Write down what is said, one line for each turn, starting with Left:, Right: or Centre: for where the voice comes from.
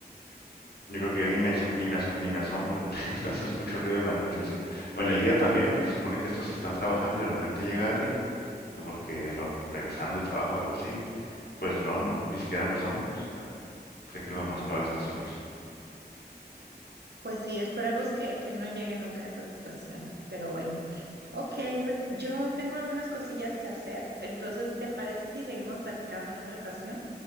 Left: Yo creo que yo ni me, asom- ni me, aso- ni me asomo de- <laughs> cuando escucho ruido en la noche así. O en el día también, no que se supone que estos están trabajando y de repente llega alguien, que porque lo regresaron del trabajo o algo así, pues no, no, ni siquiera me asomo, pues yo sé que lo más probable es que son ellos.
Right: Pues sí, esperemos que, que no llegue nunca a esa situación, pero bueno. Ok, pues yo tengo algunas cosillas que hacer, entonces, ¿te parece si seguimos platicando en otra ocasión?